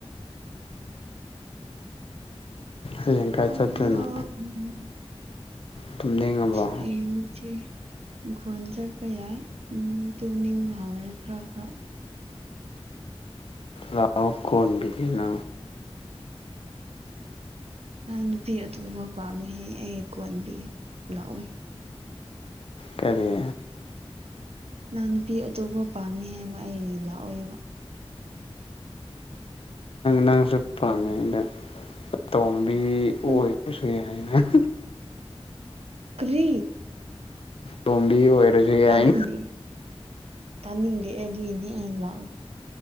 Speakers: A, on the left; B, on the right.
A: ꯍꯌꯦꯡ ꯀꯥꯏ
B: ꯑꯣ
A: ꯆꯠꯇꯣꯏꯅꯣ
B: ꯎ <unintelligible>
A: ꯇꯨꯝꯅꯤꯡꯉꯕꯣ
B: ꯍꯌ‌ꯦꯡꯗꯤ ꯏꯪꯈꯣꯟ ꯆꯠꯄ ꯌꯥꯏ ꯇꯨꯅꯤꯡ ꯍꯥꯎꯔꯦ ꯈꯔ ꯈꯔ
A: ꯂꯥꯎ ꯀꯣꯟꯕꯤꯗꯤꯅ
B: ꯅꯨꯄꯤ ꯑꯗꯨꯊꯕ ꯄꯥꯝꯃꯤ ꯑꯩ ꯖ ꯂꯥꯛꯏ
A: ꯀꯔꯤ
B: ꯅꯪ ꯅꯨꯄꯤ ꯑꯇꯣꯞꯄ ꯄꯥꯝꯃꯤ ꯍꯥꯏꯕ ꯑꯩ ꯂꯥꯛꯑꯣꯏꯕ
A: ꯅꯪꯁꯨ ꯑꯇꫭꯝ ꯐ
B: ꯎꯝ
A: ꯑꯣꯏꯁꯨ ꯌꯥꯅ <unintelligible>
B: ꯀ꯭ꯔꯤ
A: ꯇꯣꯝꯕꯤ ꯑꯣꯏꯔꯁꯨ ꯌꯥꯏꯅ
B: ꯇꯥꯅꯤꯡꯗꯦ ꯇꯥꯅꯤꯡꯗꯦ ꯑꯗꯨꯏꯒꯤꯅꯦ ꯌꯥꯝ ꯂꯥꯛꯏꯦ